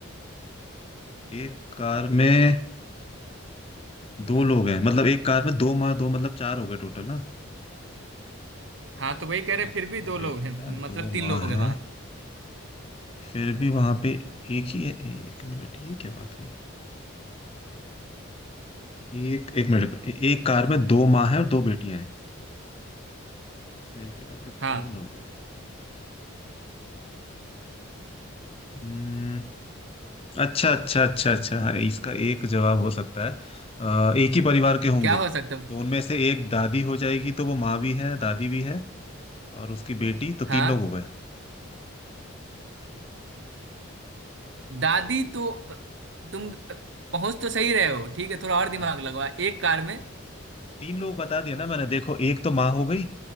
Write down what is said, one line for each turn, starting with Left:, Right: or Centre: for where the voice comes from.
Left: एक कार में दो लोग हैं मतलब एक कार में दो माँ दो मतलब चार हो गए टोटल ना
Right: हाँ तो वही कह
Left: अ,
Right: रहे हैं, फिर
Left: दो
Right: भी दो
Left: बेटियां
Right: लोग हैं मतलब
Left: दो
Right: तीन
Left: माँ
Right: लोग
Left: है
Right: हैं वहां
Left: फिर भी वहां पे एक ही है एक मिनट ये क्या बात हुई एक एक मिनट ए- एक कार में दो माँ है और दो बेटियां हैं फिर भी वहां पे
Right: हाँ
Left: तीन लोग हैं हम्म, अच्छा अच्छा अच्छा अच्छा हाँ, इसका एक जवाब हो सकता है अ, एक ही परिवार के होंगे
Right: क्या हो सकता है?
Left: तो उनमें से एक दादी हो जाएगी तो वो माँ भी है दादी भी है और उसकी बेटी तो
Right: हाँ
Left: तीन लोग हो गए
Right: दादी तो तुम पहुंच तो सही रहे हो ठीक है थोड़ा और दिमाग
Left: हाँ,
Right: लगवा एक कार में
Left: तीन लोग बता दिया ना मैंने देखो एक तो माँ हो गई